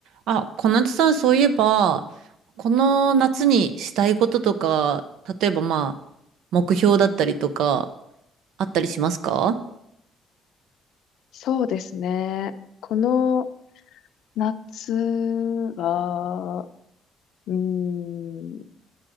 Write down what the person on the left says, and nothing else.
そうですね。この夏は、うーん、